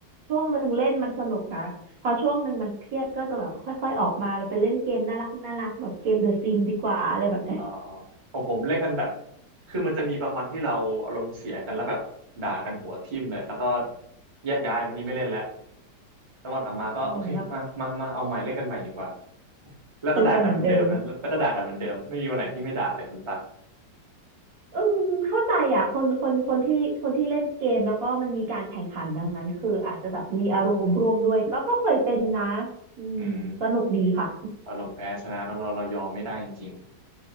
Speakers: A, on the right (about 60°); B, on the right (about 30°).
A: ช่วงหนึ่งเล่นมันสนุกนะพอช่วงหนึ่งมันเครียดก็จะแบบค่อยๆออกมาเราไปเล่นเกมน่ารักน่ารักแบบเกมเดอะซิมดีกว่าอะไรแบบเนี้ย
B: เอ่อของผมเล่นกันแบบคือมันจะมีบางวันที่เราอารมณ์เสียกันแล้วแบบด่ากันหัวทิ่มเลยแล้วก็แยกย้ายวันนี้ไม่เล่นแล้วแล้ววันต่อมาก็โอเคมามามาเอาใหม่เล่นกันใหม่ดีกว่า
A: อืมแล้ว
B: แล้วก็ด่ากันเหมือนเดิมนะแล้วก็ด่ากันเหมือนเดิมไม่มีวันไหนที่ไม่ด่าเลยคุณตั๊ก
A: คุยกันเหมือนเดิม อืมเข้าใจอ่ะคนคนคนที่คนที่เล่นเกมแล้วก็มันมีการแข่งขันดังนั้นคืออาจจะแบบมีอารมณ์ร่วมด้วยก็ก็เคยเป็นนะอืมสนุกดีค่ะ
B: อืมอารมณ์แพ้ชนะเนอะเราเรายอมไม่ได้จริง